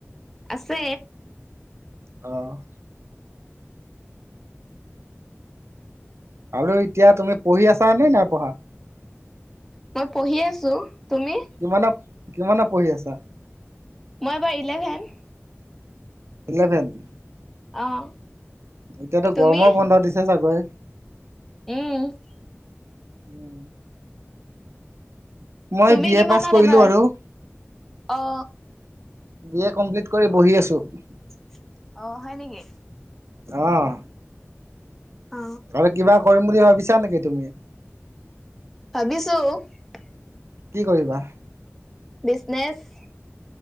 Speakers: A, in the centre; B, on the right.
A: আছে।
B: অ', আৰু এতিয়া তুমি পঢ়ি আছা নে নাই পঢ়া? <unintelligible>
A: মই পঢ়ি আছোঁ। তুমি? <unintelligible>
B: কিমানত-কিমানত পঢ়ি আছা? <inaudible>
A: মই এইবাৰ ইলেভেন। <unintelligible>
B: ইলেভেন? <inaudible>
A: অঁ!
B: এতিয়াতো
A: তুমি?
B: গৰমৰ বন্ধ দিছে চাগৈ
A: উম! <unintelligible>
B: উম! <inaudible> মই
A: তুমি
B: বি
A: কিমানত
B: এ পাছ কৰিলো
A: এবাৰ
B: আৰু। <inaudible>
A: অ
B: বি এ কমপ্লিট কৰি বহি আছোঁ। <unintelligible>
A: <unintelligible> অঁ! হয় নেকি?
B: অঁ!
A: অ
B: আৰু কিবা কৰিম বুলি ভাবিছা নেকি তুমি? <inaudible>
A: ভাবিছোঁ। <unintelligible>
B: কি কৰিবা? <unintelligible>
A: বিজনেছ। <inaudible>